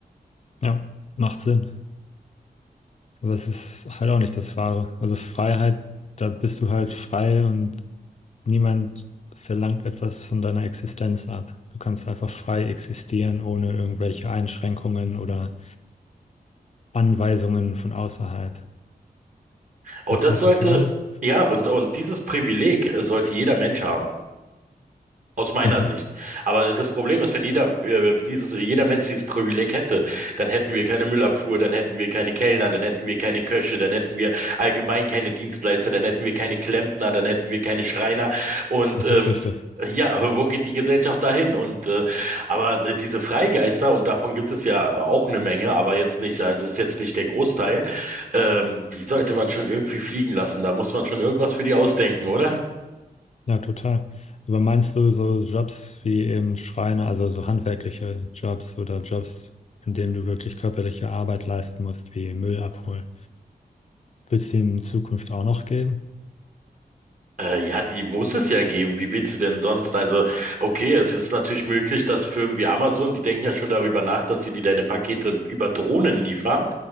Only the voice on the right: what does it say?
Und
das
sollte,
ja, und, und dieses Privileg äh, sollte jeder Mensch haben. Aus meiner
Sicht. Aber das Problem ist, wenn jeder, äh, dieses, jeder Mensch dieses Privileg hätte, dann hätten wir keine Müllabfuhr, dann hätten wir keine Kellner, dann hätten wir keine Köche, dann hätten wir allgemein keine Dienstleister, dann hätten wir keine Klempner, dann hätten wir keine Schreiner. Und
ähm,
ja, wo geht die Gesellschaft dahin? Und äh, aber diese Freigeister, und davon gibt es ja auch eine Menge, aber jetzt nicht, also ist jetzt nicht der Großteil, ähm, die sollte man schon irgendwie fliegen lassen. Da muss man schon irgendwas für die ausdenken, oder?
Äh, ja, die muss es ja geben. Wie willst du denn sonst? Also, okay, es ist natürlich möglich, dass Firmen wie Amazon, die denken ja schon darüber nach, dass sie dir deine Pakete über Drohnen liefern.